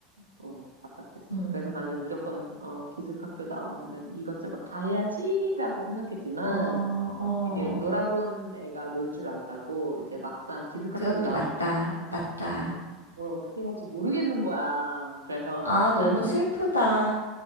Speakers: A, on the right (about 85°); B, on the left (about 85°).
A: 어, 답답했어.
B: 음.
A: 그래서 나는 무조건 어, 기숙학교 나오면은 이것저것 다 해야지라고 생각했지만
B: 어, 어,
A: 이제 놀아본 애가 놀 줄 안다고 이제 막상 기숙학교를
B: 그것도
A: 나오고
B: 맞다.
A: 나니까
B: 맞다.
A: 음, 뭘 어떻게 할지 모르겠는 거야. 그래서
B: 아, 너무
A: 난,
B: 슬프다.